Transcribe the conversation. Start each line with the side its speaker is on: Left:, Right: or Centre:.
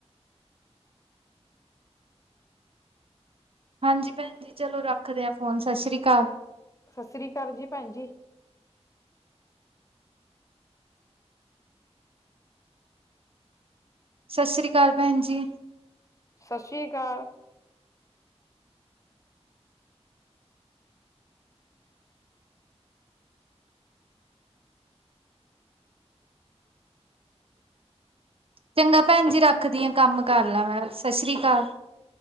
Right: ਹਾਂਜੀ ਭੈਣ ਜੀ ਚਲੋ ਰੱਖਦੇ ਹ ਫੋਨ ਸਤਿ ਸ਼੍ਰੀ ਅਕਾਲ।
Left: ਸਤਿ ਸ੍ਰੀ ਅਕਾਲ ਜੀ ਭੈਣ ਜੀ
Right: ਸਤਿ ਸ਼੍ਰੀ ਅਕਾਲ, ਭੈਣ ਜੀ।
Left: ਸਤਿ ਸ੍ਰੀ ਅਕਾਲ।
Right: ਚੰਗਾ ਭੈਣ ਜੀ ਰੱਖਦੀ ਆ, ਕੰਮ ਕਰ ਲਾ ਮੈਂ, ਸਤਿ ਸ੍ਰੀ ਅਕਾਲ।